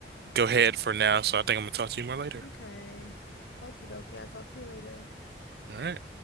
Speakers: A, on the right; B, on the left.
A: go ahead for now, so I think I'm gonna talk to you more later.
B: Okay. Okie dokie. I'll talk to you later.
A: All right.